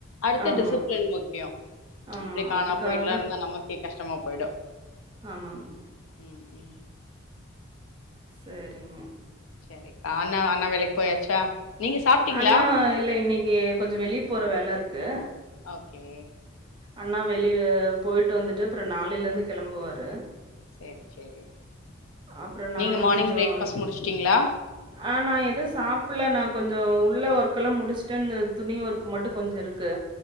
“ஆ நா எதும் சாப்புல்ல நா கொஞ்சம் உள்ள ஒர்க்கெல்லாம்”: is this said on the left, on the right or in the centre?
Right